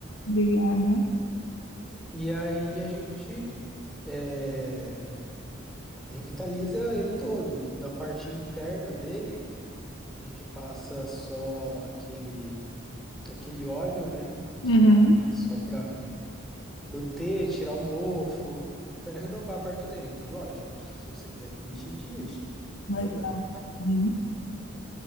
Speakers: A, on the left; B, in the centre.
A: Obrigada.
B: E aí a gente é, revitaliza ele todo. Na parte interna dele, a gente passa só aquele aquele óleo, né?
A: Uhum.
B: Que é a- só para manter, tirar o mofo, para renovar a parte de dentro. Lógico, gente- se você quiser que lixe, a gente lixa, não tem
A: Legal.
B: problema.
A: Uhum.